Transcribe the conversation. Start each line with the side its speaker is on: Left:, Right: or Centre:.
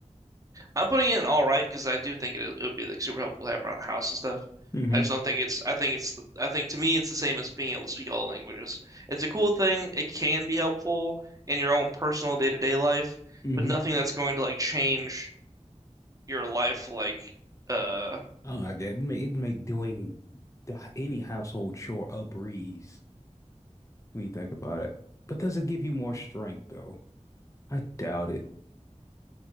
Right: I'm putting it in all right because I do think it, it would be like super helpful to have around the house and stuff.
Left: Mm-hmm.
Right: I just don't think it's. I think it's. I think to me, it's the same as being able to speak all the languages. It's a cool thing. It can be helpful in your own personal day-to-day life,
Left: Mm-hmm.
Right: but nothing that's going to like change your life. Like, uh,
Left: Oh, I get it. Make, it'd make doing the, any household chore a breeze when you think about it. But does it give you more strength though? I doubt it.